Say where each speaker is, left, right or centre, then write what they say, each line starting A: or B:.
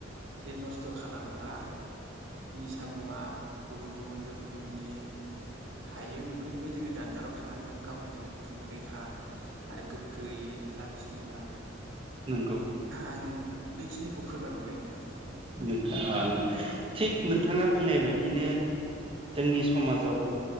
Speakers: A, on the right; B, on the right.
A: बे नस्थ' खालामग्रा निसा मुवा गुबुन गुबुन रोखोमनि थायो बेफोरनिफ्राय जोङो जानगाराव थानांगोन गावनि देहाखौ जोंङो रैखा आरो गोग्गोयै लाखिनोब्ला
B: नंगौ
A: आं बेखिनिखौ फोरमायहरबाय नोंथां
B: नोंथां थिक नोंथाङा बुंनाय बायदिनो जोंनि समाजाव